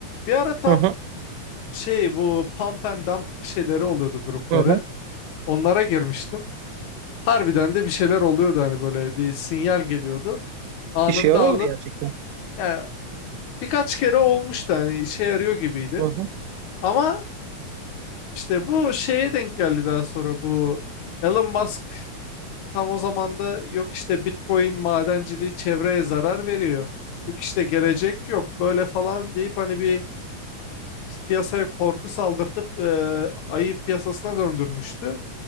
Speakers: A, on the left; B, on the right.
A: Bir ara tam
B: Hı hı
A: şey bu pump and dump şeyleri oluyordu grupları.
B: hı hı.
A: Onlara girmiştim. Harbiden de bir şeyler oluyordu hani böyle bir sinyal geliyordu. Anında
B: İşe yarıyor
A: alıp
B: mu gerçekten?
A: yani birkaç kere olmuştu hani işe yarıyor gibiydi.
B: Hı hı
A: Ama işte bu şeye denk geldi daha sonra bu Elon Musk tam o zamanda yok işte Bitcoin madenciliği çevreye zarar veriyor. Yok işte gelecek yok böyle falan deyip hani bir piyasaya korku saldırtıp e, ayı piyasasına döndürmüştü.